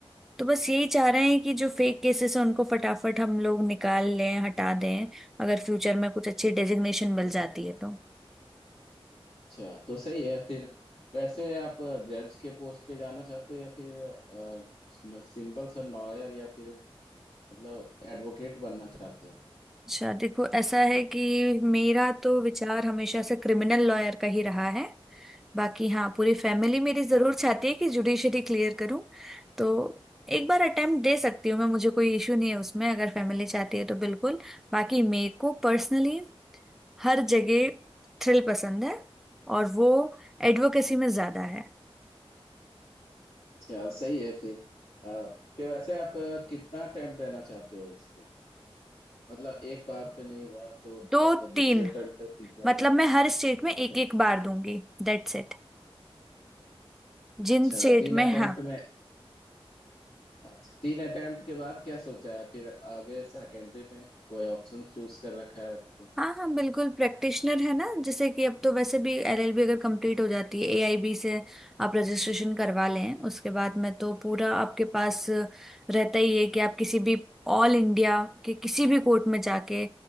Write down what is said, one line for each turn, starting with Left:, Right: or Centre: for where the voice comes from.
Centre: तो बस यही चाह रहे हैं कि जो फेक केसेस हैं उनको फटाफट हम लोग निकाल लें हटा दें अगर फ्यूचर में कुछ अच्छी डेजिग्नेशन मिल जाती है तो
Left: अच्छा तो सही है फिर वैसे आप जज के पोस्ट पे जाना चाहते हो या फिर सिंपल सा लॉयर या फिर मतलब एडवोकेट बनना चाहते
Centre: अच्छा देखो ऐसा है कि मेरा तो विचार हमेशा से क्रिमिनल लॉयर का ही रहा है बाकी हाँ पूरी फैमिली मेरी जरूर
Left: हो
Centre: चाहती है कि जुडिशरी क्लियर करूं तो एक बार अटेम्प्ट दे सकती हूँ मैं मुझे कोई इशू नहीं है उसमें अगर फैमिली चाहती है तो बिल्कुल बाकी मेरे को पर्सनली हर जगह थ्रिल पसंद है और वो एडवोकेसी में ज्यादा है
Left: अच्छा सही है फिर अ, फिर वैसे आप कितना अटेम्प्ट देना चाहते हो इस पे मतलब एक बार पे नहीं हुआ तो
Centre: दो
Left: आप दूसरे
Centre: तीन
Left: अटेम्प्ट तीसरा
Centre: मतलब
Left: अटेम्प्ट
Centre: मैं हर स्टेट में
Left: अच्छा
Centre: एक एक बार दूंगी That's it
Left: अच्छा
Centre: जिन स्टेट
Left: तीन
Centre: में
Left: अटेम्प्ट
Centre: हाँ
Left: में अच्छा तीन अटेम्प्ट के बाद क्या सोचा है फिर आगे सेकेंडरी में कोई ऑप्शन चूज कर रखा है आपने
Centre: हाँ हाँ बिल्कुल प्रैक्टिशनर है ना जैसे कि अब तो वैसे भी एलएलबी अगर कंप्लीट हो जाती है एआईबी से आप रजिस्ट्रेशन करवा लें उसके बाद में तो पूरा आपके पास रहता ही है कि आप किसी भी ऑल इंडिया के किसी भी कोर्ट में जाके